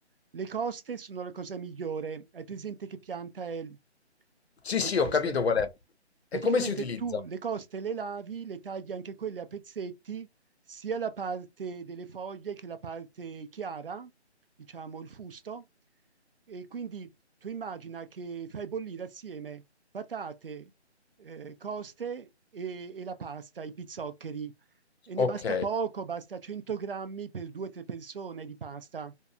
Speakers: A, on the right; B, on the left.
A: Le coste sono la cosa migliore. Hai presente che pianta è il-
B: Sì,
A: le
B: sì,
A: coste?
B: ho capito qual è.
A: Praticamente
B: E come si utilizza?
A: tu le coste le lavi, le tagli anche quelle a pezzetti, sia la parte delle foglie che la parte chiara, diciamo il fusto. E quindi tu immagina che fai bollire assieme patate, eh, coste e, e la pasta, i pizzoccheri. E ne
B: Ok.
A: basta poco, basta 100 grammi per due o tre persone di pasta,